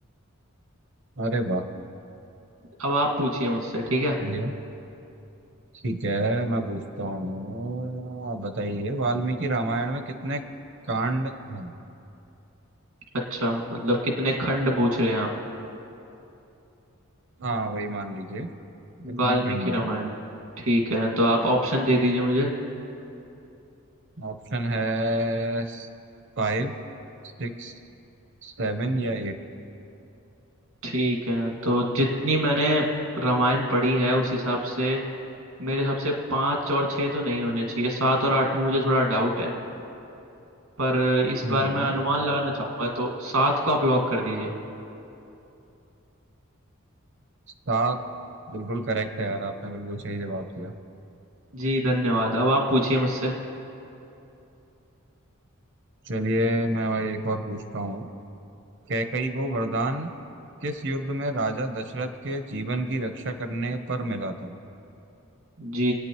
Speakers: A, on the right (about 60°); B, on the right (about 80°).
A: अरे वाह
B: अब आप पूछिए मुझसे ठीक है
A: चलिए ठीक है मैं पूछता हूँ आप बताइए वाल्मीकि रामायण में कितने कांड हैं
B: अच्छा मतलब कितने खंड पूछ रहे हैं आप
A: हाँ वही मान लीजिए कितने
B: वाल्मीकि
A: खंड हैं
B: रामायण ठीक है तो आप ऑप्शन दे दीजिए मुझे
A: ऑप्शन है फाइव सिक्स सेवन या
B: ठीक है तो जितनी मैंने रामायण पढ़ी है उस हिसाब से मेरे हिसाब से पाँच और छः तो नहीं होने चाहिए सात और आठ में मुझे थोड़ा डाउट है पर इस बार
A: एट
B: मैं अनुमान लगाना चाहूंगा तो सात को आप लॉक कर दीजिए
A: सात बिल्कुल करेक्ट है यार आपने बिल्कुल सही जवाब दिया
B: जी धन्यवाद अब आप पूछिए मुझसे
A: चलिए मैं और एक और पूछता हूँ कैकई को वरदान किस युद्ध में राजा दशरथ के जीवन की रक्षा करने पर मिला था
B: जी